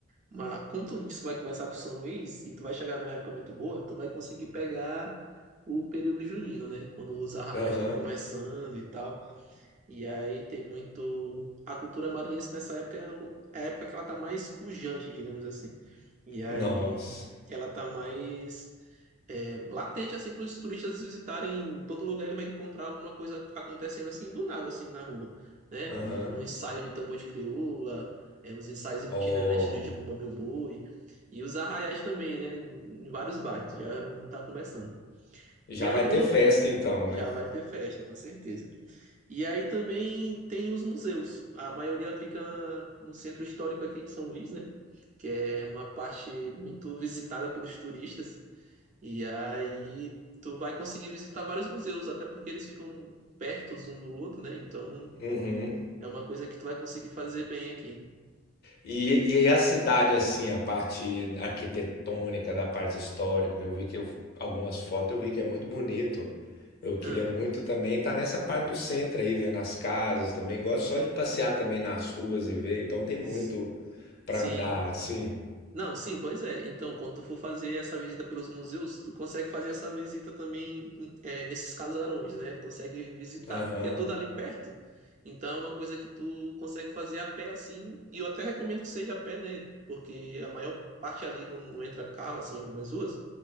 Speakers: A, on the right (about 40°); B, on the left (about 50°).
A: mas como tu disse que vai começar pro São Luís e tu vai chegar numa época muito boa, tu vai conseguir pegar o período junino, né? Quando os arraiais
B: Aham.
A: estão começando e tal. E aí tem muito. A cultura maranhense nessa época é o- é a época que ela tá mais pujante, digamos assim. E aí
B: Nossa.
A: ela tá mais. é, latente assim para os turistas visitarem em todo lugar ele vai encontrar alguma coisa acontecendo assim do nada assim na rua né
B: Aham.
A: um, um ensaio de tambor de crioula é, os ensaios itinerantes
B: Ó,
A: de Bumba Meu Boi e os arraiais também né em, vários bairros já um tá começando
B: já
A: e aí
B: vai
A: como
B: ter festa então,
A: já
B: né?
A: vai ter festa com certeza e aí também tem os museus a maioria fica no centro histórico aqui de São Luís né que é uma parte muito visitada pelos turistas e aí tu vai conseguir visitar vários museus, até porque eles ficam perto um do outro, né? Então
B: Uhum.
A: é uma coisa que tu vai conseguir fazer bem aqui.
B: E, e aí a cidade, assim, a parte arquitetônica, da parte histórica, eu vi que eu- algumas fotos eu vi que é muito bonito. Eu queria
A: Aham.
B: muito também estar nessa parte do centro aí, vendo as casas também. Gosto só de passear também nas ruas e ver, então tem muito
A: S-
B: para
A: Sim.
B: andar, assim.
A: Não, sim, pois é. Então, quando tu for fazer essa visita pelos museus, tu consegue fazer essa visita também é, nesses casarões, né? Consegue visitar,
B: Aham,
A: porque é tudo ali perto. Então, é uma coisa que tu consegue fazer a pé assim. E eu até recomendo que seja a pé, né? Porque a maior parte ali não, não entra carro, assim, em algumas ruas.